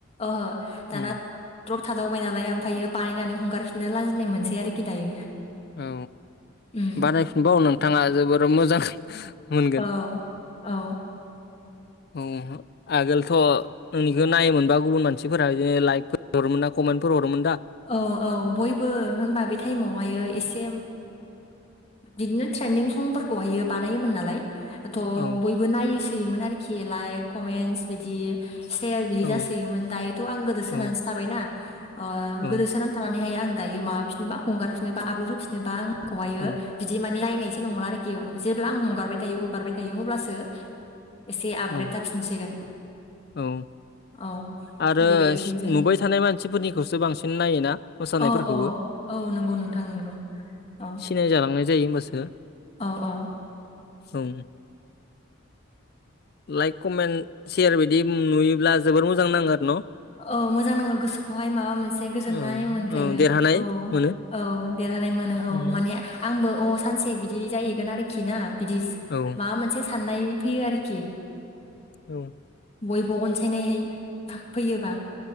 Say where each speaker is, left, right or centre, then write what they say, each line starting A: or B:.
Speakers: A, on the left (about 30°); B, on the left (about 50°).
A: ओहो दाना
B: उम
A: द्रप थादावबाय नालाय ओमफ्रायो बानायनानै हगारफिननो लाजिनाय मोनसै आरोखि दायो
B: औ
A: उम
B: बानायफिनबाव नोंथाङा जोबोर मोजां मोनगोन
A: औ औ
B: औ आगोलथ' नोंनिखौ नायोमोनबा गुबुन मानसिफोरा बिदिनो लाइकफोर हरोमोन ना फोर हरोमोन दा
A: औ औ बयबो होनबा बे टाइमाव यो एसे बिदिनो ट्रेन्डिं संफोरखौहायो बानायोमोन नालाय थ'
B: औ
A: बयबो नायसोयोमोन आरोखि लाइक कमेन्स बिदि सेयार बिदि
B: औ
A: जासोयोमोन दायोथ' आं गोदोसोनानैसो
B: औ
A: थाबायना अह
B: औ
A: गोदोसोनानै थानानैहाय आं दायो माबाफिनबा हगारफिननोबा आबलद होफिनोबा आं खौहायो
B: औ
A: बिदि माने नायनायसो नंला आरो जेब्ला आं हगारबाय थायो हगारबाय थायो अब्लासो एसे आपग्रेड
B: औ
A: जाफिनसिगोन
B: औ
A: औ
B: आरो
A: बेबायदिनो जायो
B: नुबाय थानाय मानसिफोरनिखौसो बांसिन नायो ना मोसानायफ़रखौबो
A: औ औ औ नंगौ नोंथां नंगौ औ
B: सिनायजालांनाय जायो होमबासो
A: औ औ
B: औ लाइक कमेन्ट सेयार बिदि नुयोब्ला जोबोर मोजां नाङो आरो न'
A: औ मोजां नाङो गोसोखौहाय माबा मोनसे गोजोननाय
B: औ
A: मोनखायो
B: औ देरहानाय
A: औ
B: मोनो
A: औ देरहानाय मोनो औ
B: उम
A: माने आंबो अ सानसे बिदि जाहैगोन आरोखि ना बिदि
B: औ
A: माबा मोनसे साननाय फैयो आरोखि
B: औ
A: बयबो अनसायनायहाय फैयोबा